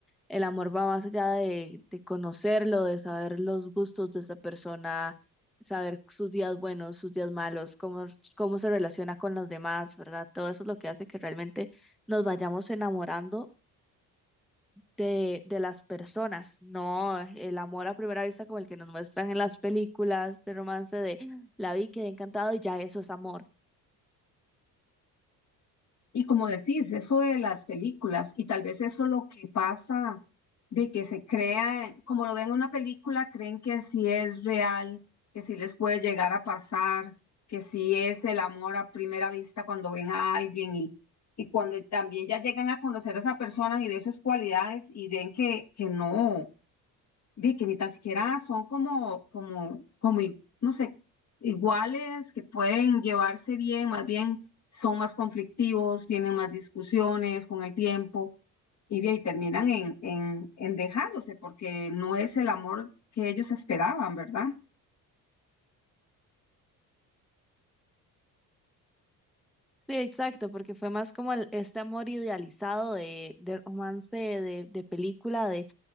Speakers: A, in the centre; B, on the left.
A: El amor va más allá de, de conocerlo, de saber los gustos de esa persona, saber sus días buenos, sus días malos, cómo, cómo se relaciona con los demás, ¿verdad? Todo eso es lo que hace que realmente nos vayamos enamorando de, de las personas, no el amor a primera vista como el que nos muestran en las películas de romance de la vi, quedé encantado y ya eso es amor.
B: Y como decís, eso de las películas, y tal vez eso lo que pasa de que se crea, como lo ven en una película, creen que sí es real, que sí les puede llegar a pasar, que sí es el amor a primera vista cuando ven a alguien y, y cuando también ya llegan a conocer a esa persona y ve sus cualidades y ven que, que no vi que ni tan siquiera son como, como, como, i- no sé, iguales, que pueden llevarse bien, más bien son más conflictivos, tienen más discusiones con el tiempo y, de ahí terminan en, en, en dejándose porque no es el amor que ellos esperaban, ¿verdad?
A: Sí, exacto, porque fue más como el- este amor idealizado de, de romance, de, de película, de